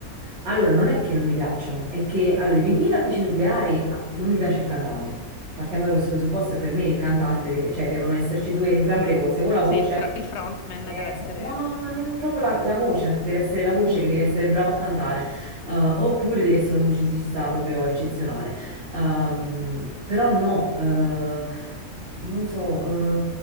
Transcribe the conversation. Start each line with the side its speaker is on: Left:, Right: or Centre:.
Right: Allora, non è che non mi piacciono, è che, allora, i pinguini tattici nucleari, ah, non mi piace il cantante. Partiamo da questo presupposto e per me il cantante deve, cioè devono esserci due, entrambe le cose, o la voce
Left: Sì, il, fr- il frontman
Right: Esa-
Left: deve essere...
Right: No, no, ma non proprio la, la voce, deve essere la voce
Left: Mm.
Right: che deve essere bravo a cantare, eh, oppure deve essere un musicista proprio eccezionale. Ehm, però no, eh, non so, eh,